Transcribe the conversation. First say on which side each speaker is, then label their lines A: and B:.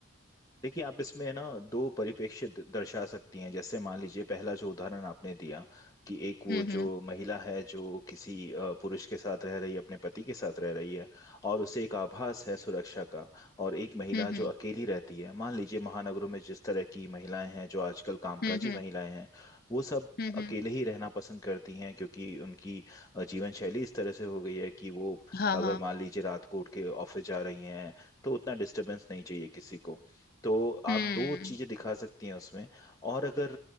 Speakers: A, on the left (about 15°); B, on the left (about 45°).
A: देखिए आप इसमें है ना दो परिप्रेक्ष्य द- दर्शा सकती हैं जैसे मान लीजिए पहला जो उदाहरण आपने दिया कि एक वो
B: हम्म हम्म
A: जो महिला है जो किसी अ, पुरुष के साथ रह रही है अपने पति के साथ रह रही है और उसे एक आभास है सुरक्षा का और एक महिला
B: हम्म
A: जो अकेली रहती है मान लीजिए महानगरों में जिस तरह की महिलाएं हैं जो आजकल कामकाजी
B: हम्म हम्म
A: महिलाएं हैं वो सब
B: हम्म हम्म,
A: अकेले
B: हम्म,
A: ही रहना पसंद करती हैं क्योंकि उनकी अ, जीवन शैली इस तरह से हो गई है कि वो
B: हाँ
A: अगर
B: हाँ
A: मान लीजिए रात को उठ के ऑफिस जा रही हैं तो उतना डिस्टरबेंस नहीं चाहिए किसी को तो आप
B: हम्म
A: दो चीजें दिखा सकती हैं उसमें और अगर